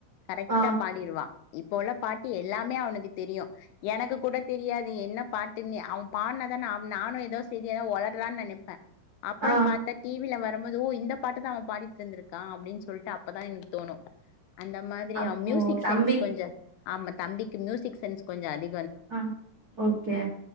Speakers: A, on the left (about 85°); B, on the right (about 80°).
A: கரெக்டா
B: ஆ
A: பாடிடுவா இப்போ உள்ள பாட்டு எல்லாமே அவனுக்கு தெரியு எனக்கு கூட தெரியாது என்ன பாட்டுன்னு அவ் பாட் னா நாம் நானு எதோ செரி எதோ ஒலர்ரான் நெனைப்பே அப்பறம்
B: ஆ
A: பாத்தா டிவில வர நம் எதுோ இந்த பாட்டத்தா அவ பாடிட்ருந்திருக்கா அப்டின் சொல்ட்டு அப்பதா எனுக் தோனோ அந்த மாதிரி
B: அப்போ
A: அவ் மியூசிக்
B: தம்பி
A: சென்ஸ் கொஞ்சோ ஆமா தம்பிக்கு மியூசிக் சென்ஸ் கொஞ்சோ அதி
B: அ ஒகே